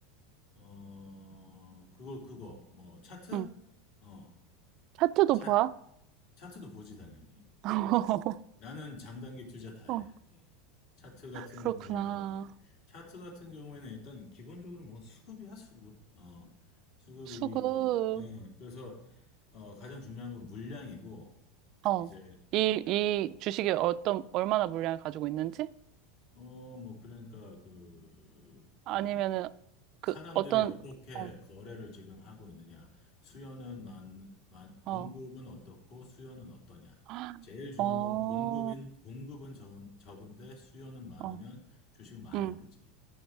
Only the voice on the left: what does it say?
어, 그거 그거 뭐 차트?
어,
차
차트도 보지 당연히.
어, 나는 장단기 투자 다
해. 차트 같은
경우에는 차트 같은 경우에는 일단 기본적으로 뭐 수급이야 수급. 어, 수급이
음, 그래서 어, 가장 중요한 건 물량이고
이제
어 뭐 그러니까 그그
사람들이
어떻게
거래를 지금 하고 있느냐, 수요는 많, 많, 공급은
어떻고 수요는 어떠냐.
제일 좋은
건 공급인, 공급은 적, 적은데 수요는 많으면
주식 많이
오르지.